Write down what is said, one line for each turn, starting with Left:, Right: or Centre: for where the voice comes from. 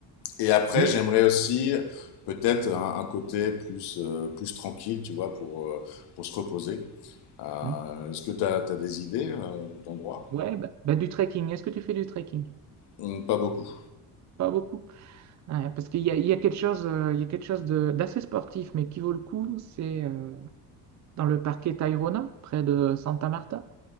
Left: Et après,
Right: Du,
Left: j'aimerais aussi peut-être un, un côté plus, euh, plus tranquille, tu vois, pour, euh, pour se reposer. Euh,
Right: Hmm.
Left: est-ce que tu as, des idées euh, d'endroits?
Right: ouais, bah, bah, du trekking. Est-ce que tu fais du trekking?
Left: Hum, Pas beaucoup.
Right: Pas beaucoup. Ouais, parce qu'il y a, il y a quelque chose, euh, il y a quelque chose de- d'assez sportif, mais qui vaut le coup, c'est euh, dans le parquet Tayrona, près de Santa Marta.